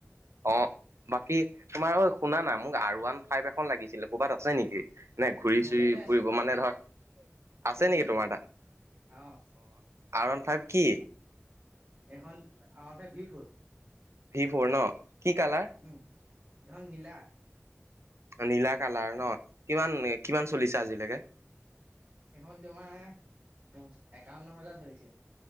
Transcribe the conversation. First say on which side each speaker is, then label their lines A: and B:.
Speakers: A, on the right; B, on the right.
A: অ' বাকী তোমাৰ, অ' শুনা না মোক আৰ ওৱান ফাইভ এখন লাগিছিলে ক'বাত আছে নেকি? নে ঘূৰি
B: মোৰ
A: চুৰি
B: তাতে আছিলে।
A: ফুৰিব মানে ধৰ
B: আছিলে
A: আছে নেকি
B: মোৰ
A: তোমাৰ
B: তাতে,
A: তাত?
B: অ'।
A: আৰ ওৱান ফাইভ কি
B: এইখন R one five V four.
A: V four ন, কি কালাৰ?
B: উম, এইখন নীলা।
A: নীলা কালাৰ ন, কিমান? কিমান চলিছে আজিলৈকে?
B: এইখন তোমাৰ পন একাৱন্ন হাজাৰ চলিছে।